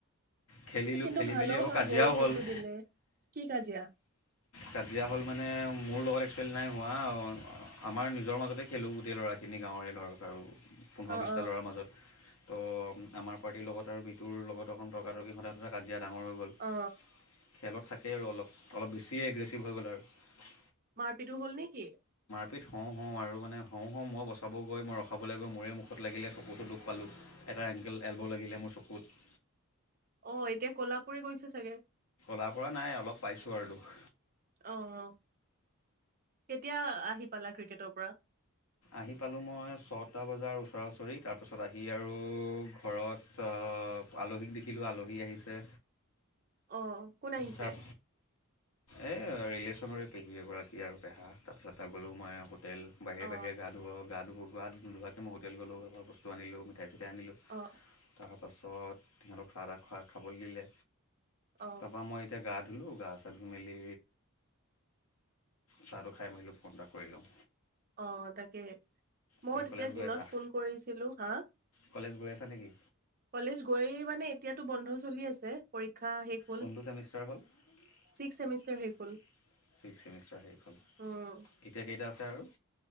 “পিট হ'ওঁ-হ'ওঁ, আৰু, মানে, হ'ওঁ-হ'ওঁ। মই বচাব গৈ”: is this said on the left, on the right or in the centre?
Left